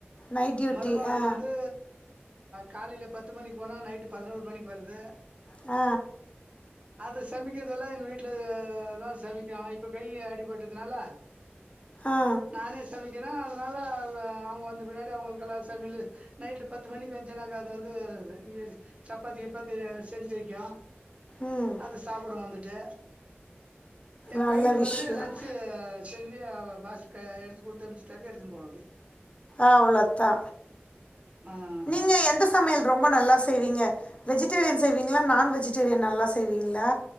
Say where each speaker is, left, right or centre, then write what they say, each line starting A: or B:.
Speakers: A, on the left; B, on the right.
A: நைட் டியூட்டி
B: மருமகளுக்கு
A: ஆ
B: வந்து காலயில பத்து மணிக்கு போனா நைட்டு பதினோரு மணிக்கு வருது
A: அ
B: அது சமைக்கர்தெல்லா எங்க வீட்ல தா சமைக்கோ இப்ப கை அடிபட்டதுனால
A: ஆ
B: நானே சமைக்கனோ அதனால அவுக அவுங்க வந்த பின்னாடி அவுங்களுக்கெல்லா சமையலு நைட் பத்து மணிக்கு வந்ச்சின்னக்கா அது வந்து இஙகய்ச் சப்பாத்தி கிப்பாத்தி செஞ்சு வைக்கோ
A: ம்
B: அது சாப்புடூ வந்துட்டு ஏ
A: நல்ல
B: பையனுக்கு
A: விஷயம்
B: வந்து லன்ச்சு செஞ்சு அவ பாஸ்க் க எடுத்து குடுத்தனுப்ச்சிட்டாக்கா எடுத்துன்னு போவாப்புடி
A: ஆவ் ளோத்தா
B: அ
A: நீங்க எந்த சமையல் ரொம்ப நல்லா செய்வீங்க வெஜிடேரியன் செய்வீங்ளா நான் வெஜிடேரியன் நல்லா செய்வீங்ளா